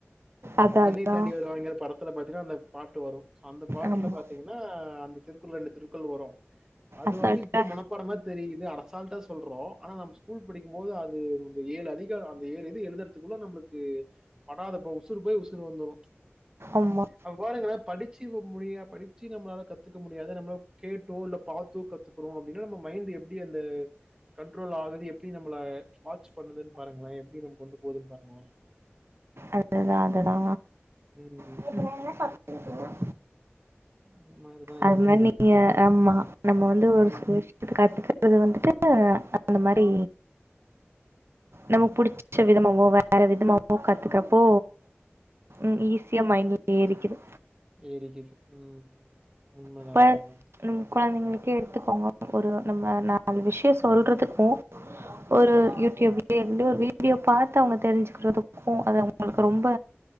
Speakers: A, on the right (about 65°); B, on the right (about 15°).
A: அதான்
B: வினைய்தாண்டி
A: அதான்
B: வருவாயாங்கிற படத்துல பாத்தீங்கனா அந்த பாட்டு வரோ அந்த பாட்டுல
A: ஆமா
B: பாத்தீங்கனா அந்த திருக்குள் ரெண்டு திருக்குள் வரோ அது
A: அசால்ட்டா
B: வந்து இப்ப மனப்பாடமா தெரியுது அர அசால்டா சொல்றோ ஆனா நம் ஸ்கூல் படிக்கும் போது அது ஏழு அதிகரோ அந்த ஏழு இது எலுதுறதுக்குள்ள நம்மளுக்கு படாதப்ப உசுறு போய் உசுறு வந்துடோ
A: ஆமா
B: அ பாருங்கல படிச்சு முடியா படிச்சு நம்மளால கத்துக்க முடியாது நம்மள கேட்டோ இல்ல பாத் தூ கத்துக்கிறோ அப்படின்னா நம்ம மைண்ட் எப்டி அந்த கண்ட்ரோல் ஆகுது எப்டி நம்மள வாட்ச் பண்ணுதுன்னு பாருங்கள எப்டி நம்ம கொண்டு போதுன் பாருங்களே
A: அதுதா அதுதா
B: ம்.
A: இப்ப நா எனன <inaudible>
B: அந்த மாரி தான்
A: அது
B: இருக்கு.
A: மாரி நீங்க ஆமா நம்ம வந்து ஒரு
B: ம்.
A: சில விஷயத்த கத்துக்கறது வந்துட்டு அந்த மாரி நமக்கு புடிச்ச விதமாவோ வேற விதமாவோ கத் த்துக்கிறப்போ உம் ஈசியா மைன்ட்ல ஏறிக்குது
B: ஏரிக்குது உம் உண்மதா
A: இப்ப
B: உண்மதா
A: நம்ம கொழந்தைங்களுக்கே எடுத்துக்கோங்க ஒரு நம்ம நாலு விஷயொ சொல்றதுக்கு ஒரு
B: ம்.
A: யூடியூப்பி லேருந்து ஒரு வீடியோ பாத்து அவங்க தெரிஞ்சுக்கிறதுக் கு அது அவங்களுக்கு ரொம்ப